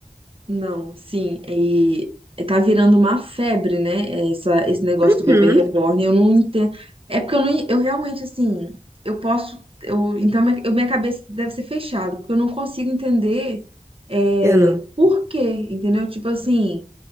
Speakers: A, on the right; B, on the right.
A: Não, sim. E tá virando uma febre, né? Essa, esse negócio
B: Uhum.
A: do bebê reborn. Eu não entendo. É porque eu não, eu realmente, assim, eu posso. Eu, então, minha, eu- minha cabeça deve ser fechada, porque eu não consigo entender é,
B: Eu não.
A: por quê, entendeu? Tipo assim,